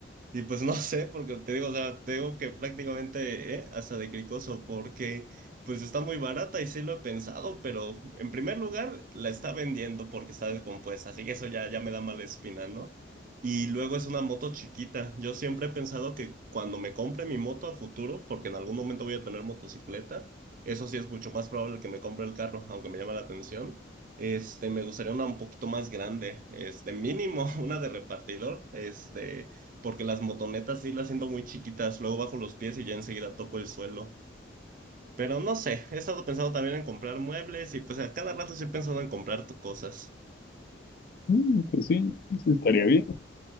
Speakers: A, on the right (about 45°); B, on the left (about 50°).
A: Y pues no <laughs> sé, porque te digo, o sea, te digo que prácticamente eh, hasta de cricoso, porque pues está muy barata y sí lo he pensado, pero en primer lugar la está vendiendo porque está descompuesta, así que eso ya, ya me da mala espina, ¿no? Y luego es una moto chiquita. Yo siempre he pensado que cuando me compre mi moto a futuro, porque en algún momento voy a tener motocicleta, eso sí es mucho más probable que me compre el carro, aunque me llama la atención. Este, me gustaría una un poquito más grande, este, mínimo <laughs> una de repartidor, este porque las motonetas sí las siento muy chiquitas, luego bajo los pies y ya enseguida toco el suelo. Pero no sé, he estado pensando también en comprar muebles y pues a cada rato estoy pensando en comprar tu- cosas.
B: Mm, pues sí, sí estaría bien.